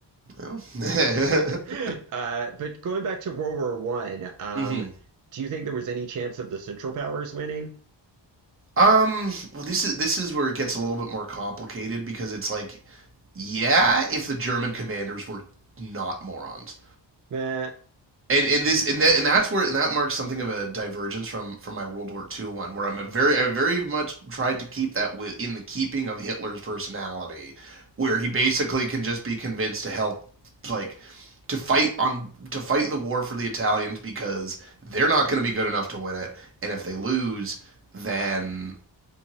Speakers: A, on the right; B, on the right.
A: Well, <laughs>
B: <laughs> Uh, but going back to World War One, um,
A: hmm
B: do you think there was any chance of the Central Powers winning?
A: um, well, this is this is where it gets a little bit more complicated because it's like, yeah, if the German commanders were not morons.
B: Uh,
A: and and this and that and that's where and that marks something of a divergence from from my World War Two one, where I'm a very I very much tried to keep that within the keeping of Hitler's personality, where he basically can just be convinced to help, like to fight on to fight the war for the Italians because they're not going to be good enough to win it, and if they lose, then